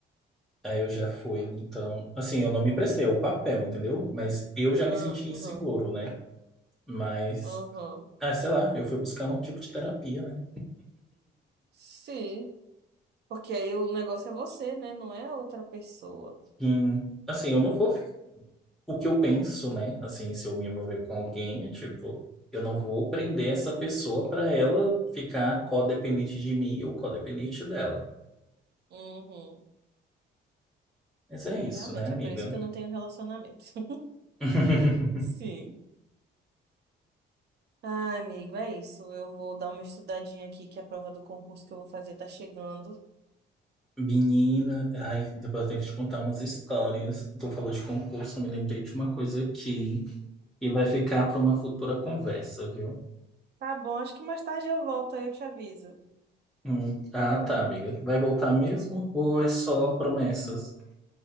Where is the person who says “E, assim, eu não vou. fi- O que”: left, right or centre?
Centre